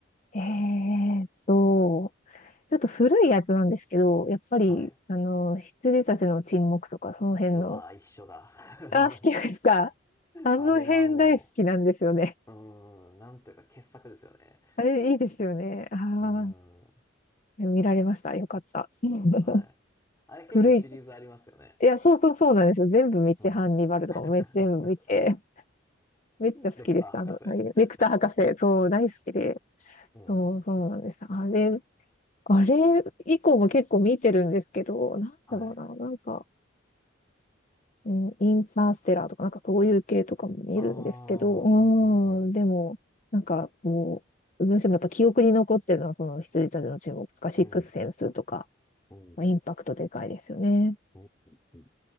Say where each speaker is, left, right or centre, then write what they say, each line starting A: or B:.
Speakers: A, on the left; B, on the left.
A: えーっと、ちょっと古いやつなんですけど、やっぱり、
B: はい。
A: あの、羊たちの沈黙とか、その辺の。
B: うわー、一緒だ。
A: あ、好きですかあの辺大好きなんですよね。
B: <laughs> あれはもう、うーん、なんというか傑作ですよね。
A: あれ、いいですよね。ああ、
B: うーん。
A: 見られました。よかった。うん <laughs>
B: はい。あれ結構シリーズありますよね。
A: 古い。いや、そうそうそうなんですよ。全部見て、
B: うん。
A: ハンニバルとかもめ全部見て、
B: <laughs>
A: めっちゃ好きです。
B: レクター博士。
A: あの、はいレクター博士、そう、大好きで。
B: うん。
A: そう、そうなんです。あれ、あれ以降も結構見てるんですけど、なんだろうな、
B: はい。
A: なんか、うん、インターステラーとか、なんかそういう系とかも見るんですけど、
B: ああ、
A: うーん、
B: うん、うん、うん。
A: でも、なんかこう、どうしてもやっぱ記憶に残ってるのは、その羊たちの注目とか、シックスセンスとか、
B: うん、うん、うん。うん
A: まあ、インパクトでかいですよね。
B: うんうん